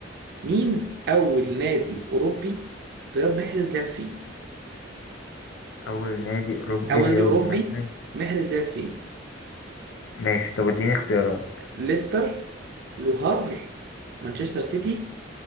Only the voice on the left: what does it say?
اول نادي اوروبي
رياض
محل
ماشي طب اديني اختيارات